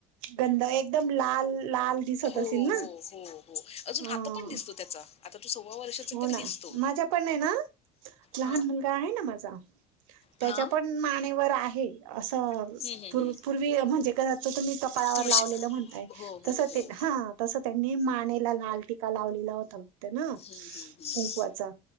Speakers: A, on the right; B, on the left.
A: गंध एकदम लाल लाल दिसत
B: हो हो
A: असेल ना?
B: हो हो अजून
A: हा
B: आता पण दिसतो त्याचा. आता तो सव्वा वर्षाचा
A: हो
B: तरी
A: ना
B: दिसतो
A: माझ्या पण नाही ना लहान
B: हा
A: मुलगा आहे ना? माझा त्याच्या
B: हा
A: पण मानेवर आहे. असू
B: हम्म, हम्म, हम्म.
A: पूर्वी म्हणजे क त तुम्ही कपाळावर
B: तुळशी
A: लावलेलं म्हणताय
B: हो हो
A: तस
B: हो
A: ते. ह तस त्यांनी मानेला लाल टीकाा लावलेला होता ते ना.
B: हम्म, हम्म, हम्म.
A: कुंकवाचा